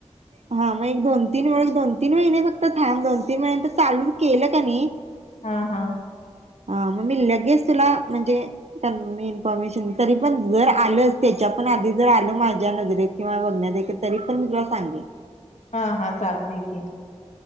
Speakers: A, on the right; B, on the left.
A: हा मगं एक दोन तीन महिने फक्त थांब दोन तीन महिन्यांत चालू केलं का नी -.-
B: हा हा.
A: ह मगं मी लगेच तुला म्हणजे मी इन्फॉर्मेशन तरी पण जर आलं त्याच्या पण आधी जर आलं माझ्या नजरेत किंवा बघण्या देखील तरी पण मी तुला सांगीण.
B: हा हा चालतंय की,